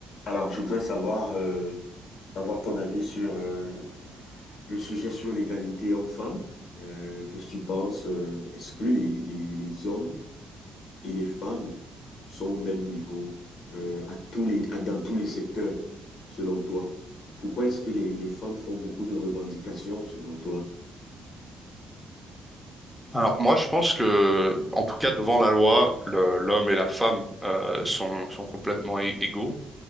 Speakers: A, on the left; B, in the centre.
A: Alors, je voudrais savoir, euh, avoir ton avis sur euh, le sujet sur l'égalité homme-femme. Euh, qu'est-ce que tu penses? euh, est-ce que les, les, les hommes et les femmes sont au même niveau euh, à tous les, à- dans tous les secteurs, selon toi? Pourquoi est-ce que les, les femmes font beaucoup de revendications, selon toi?
B: Alors moi, je pense que, en tout cas, devant la loi, le- l'homme et la femme euh, sont, sont complètement é- égaux.